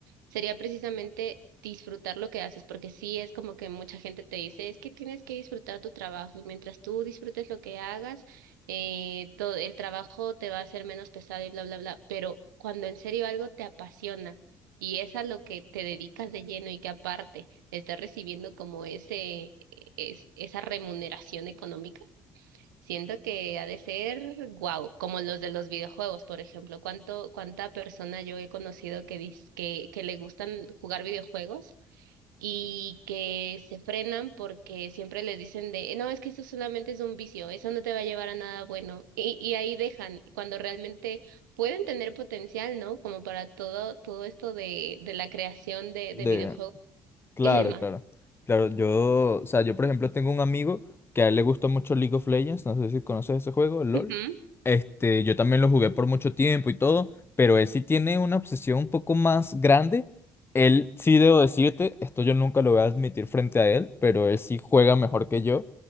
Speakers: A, on the right; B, on the left.
A: sería precisamente disfrutar lo que haces, porque sí es como que mucha gente te dice, es que tienes que disfrutar tu trabajo y mientras tú disfrutes lo que hagas, eh, todo el trabajo te va a hacer menos pesado y bla, bla, bla, pero cuando en serio algo te apasiona y es a lo que te dedicas de lleno y que aparte estás recibiendo como ese, es, esa remuneración económica, siento que ha de ser guau, como los de los videojuegos, por ejemplo, cuánto, cuánta persona yo he conocido que, dis- que, que le gustan jugar videojuegos y que se frenan porque siempre les dicen de, no, es que eso solamente es un vicio, eso no te va a llevar a nada bueno. Y, y ahí dejan, cuando realmente pueden tener potencial, ¿no? Como para todo, todo esto de, de la creación de,
B: De-
A: de videojuegos
B: Claro,
A: y demás.
B: claro. Claro, yo, o sea, yo por ejemplo tengo un amigo que a él le gusta mucho League of Legends, no sé si conoces ese juego, el LOL.
A: Ujú.
B: Este, yo también lo jugué por mucho tiempo y todo, pero él sí tiene una obsesión un poco más grande. Él sí debo decirte, esto yo nunca lo voy a admitir frente a él, pero él sí juega mejor que yo.